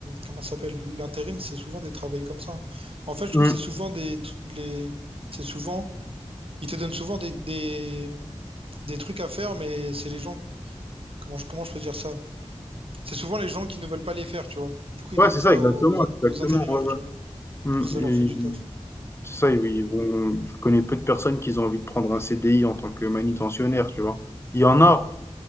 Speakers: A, on the right; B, on the left.
A: comment ça s'appelle? L'intérim, c'est souvent des travails comme ça. hein. En fait, je trouve
B: Mm.
A: que c'est souvent des. Les... C'est souvent. Ils te donnent souvent des, des... des trucs à faire, mais c'est les gens. Comment je, comment je peux dire ça? C'est souvent les gens qui ne veulent pas les faire, tu vois. Du coup, ils
B: Ouais,
A: donnent
B: c'est
A: ça
B: ça, exactement,
A: aux, in-
B: exactement,
A: aux intérimaires,
B: ouais, ouais.
A: tu vois.
B: Mm.
A: Comme ça, ça leur fait du taf.
B: C'est ça, ils ils vont je connais peu de personnes qui ont envie de prendre un CDI en tant que manutentionnaire, tu vois? Il y en a,